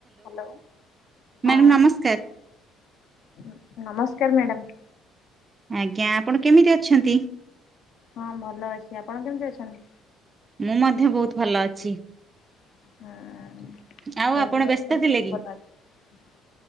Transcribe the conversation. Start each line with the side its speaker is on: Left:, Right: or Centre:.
Left: ହ୍ୟାଲୋ
Right: madam
Left: ହଁ
Right: ନମସ୍କାର।
Left: <inaudible> ନମସ୍କାର ମ୍ୟାଡ଼ମ୍।
Right: ଆଜ୍ଞା ଆପଣ କେମିତି ଅଛନ୍ତି?
Left: ହଁ ଭଲ ଅଛି ଆପଣ କେମିତି ଅଛନ୍ତି?
Right: ମୁଁ ମଧ୍ୟ ବହୁତ ଭଲ ଅଛି।
Left: ହୁଁ ମୁଁ ବି ମଧ୍ୟ
Right: ଆଉ ଆପଣ ବ୍ୟସ୍ତ
Left: ବହୁତ
Right: ଥିଲେ
Left: ଭଲ
Right: କି?
Left: ଅଛି।